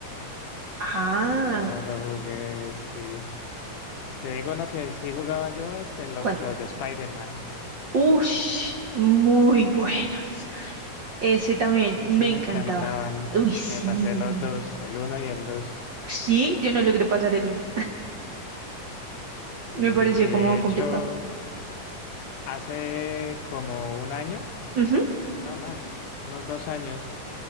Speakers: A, on the right; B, on the left.
A: Ah,
B: No lo jugué, sí. Te digo uno que sí jugaba yo, este, los,
A: ¿cuál?
B: los de Spider-Man.
A: Ush, muy buenos. Ese también
B: Esos
A: me
B: sí me
A: encantaba.
B: encantaban.
A: Uy, sí.
B: Me pasé los dos, el uno y el dos.
A: Sí, yo no logré pasar el uno.
B: Sí,
A: Me
B: y
A: pareció
B: de
A: como complicado.
B: hecho, hace como un año,
A: Ujú,
B: no más, unos dos años,